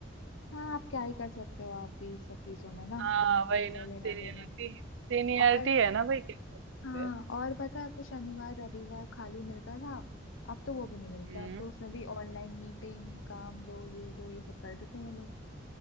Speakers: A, on the left; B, on the right.
A: हाँ आप क्या ही कर सकते हो आप भी सब चीजों में ना
B: हाँ
A: उनका
B: वही
A: ही
B: ना
A: है
B: सीनियरिटी
A: लेना देना
B: सीनियरिटी
A: और
B: है ना भाई क्या कर सकते
A: हाँ और पता है तो शनिवार रविवार खाली मिलता था अब तो वो भी नहीं मिलता
B: हैं
A: अब तो उसमें भी ऑनलाइन मीटिंग काम दो ये दो ये सब कर देते हैं लोग